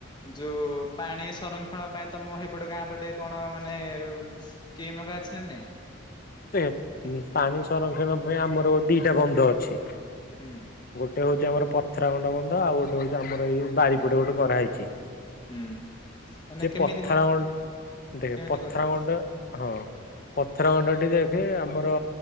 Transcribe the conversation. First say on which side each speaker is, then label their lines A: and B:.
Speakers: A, on the left; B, on the left.
A: ଯୋଉ ପାଣି ସଂରକ୍ଷଣ ପାଇଁ ତମ ହେଇପଟ ଗାଁ ପଟେ କଣ ମାନେ ସ୍କି ମ ହେକା ଅଛି କି ନାହିଁ?
B: ପେ ପାଣି ସଂରକ୍ଷଣ ପାଇଁ ଆମର ଦିଟା ବନ୍ଧ ଅଛି।
A: ହୁଁ
B: ଗୋଟେ ହଉଛି ଆମର ପଥରା ଖଣ୍ଡ ବନ୍ଧ। ଆଉ ଗୋଟେ ହଉଛି ଆମର ଏଇ ବାରିପଟେ ଗୋଟେ କରାହେଇଛି।
A: ହୁଁ। ମାନେ
B: ଯେ
A: କେମିତି
B: ପଥର
A: କଣ
B: ଦେଖେ
A: କେମିତି
B: ପଥର
A: କରନ୍ତି?
B: ଖଣ୍ଡ ହଁ ପଥର ଖଣ୍ଡ ଠି ଦେଖେ ଆମର